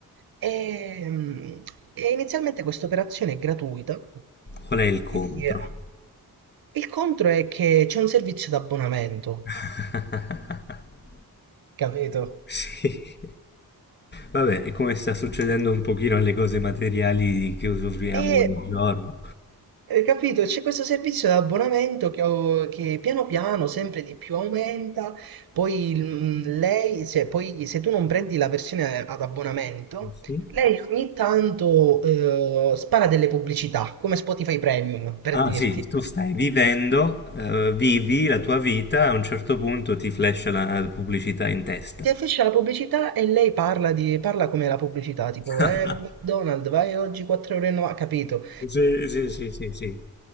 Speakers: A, on the right; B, on the left.
A: E, mh, e inizialmente questa operazione è gratuita.
B: Qual è il contro?
A: Poi, eh, il contro è che c'è un servizio d'abbonamento.
B: <laughs>
A: Capito?
B: Sì. Vabbè, è come sta succedendo un pochino alle cose materiali che usufruiamo
A: E
B: ogni giorno.
A: Hai capito? C'è questo servizio di abbonamento che, ho- che piano piano sempre di più aumenta, poi il- mm, lei, se, poi se tu non prendi la versione ad abbonamento,
B: Sì.
A: lei ogni tanto eh, spara delle pubblicità, come Spotify Premium, per
B: Ah
A: dirti.
B: sì, tu stai vivendo, eh, vivi la tua vita, a un certo punto ti flash la la pubblicità in testa.
A: Ti affiscia la pubblicità e lei parla, di, parla come la pubblicità, tipo,
B: <laughs>
A: eh, no, McDonald's, vai oggi 4,90 euro, e novanta, capito?
B: Sì, sì, sì, sì, sì.